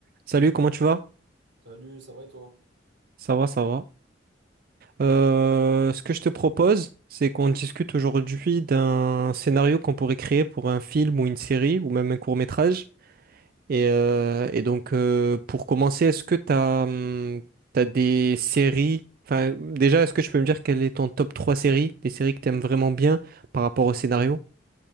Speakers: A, on the right (about 50°); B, on the right (about 85°).
A: Salut, comment tu vas?
B: Salut, ça va et toi?
A: Ça va, ça va. Euh, ce que je te propose, c'est qu'on discute aujourd'hui d'un scénario qu'on pourrait créer pour un film ou une série ou même un court-métrage. Et, euh, et donc, euh, pour commencer, est-ce que t'as, hum, t'as des séries? Enfin, déjà, est-ce que tu peux me dire quel est ton top 3 séries, des séries que t'aimes vraiment bien par rapport au scénario?